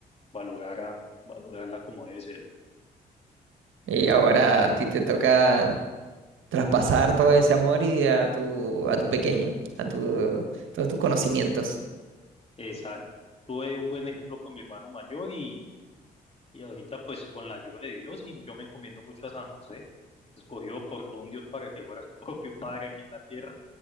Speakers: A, on the left; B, on the right.
A: valorar a, valorarla como debe ser.
B: Y ahora a ti te toca traspasar todo ese amor y a tu, a tu pequeño, a tu, todos tus conocimientos.
A: Exacto. Tuve un buen ejemplo con mi hermano mayor y, y ahorita pues con la ayuda de Dios y yo me encomiendo mucho a San José. Escogido por todo un Dios para que fuera su <laughs> propio padre aquí en la tierra,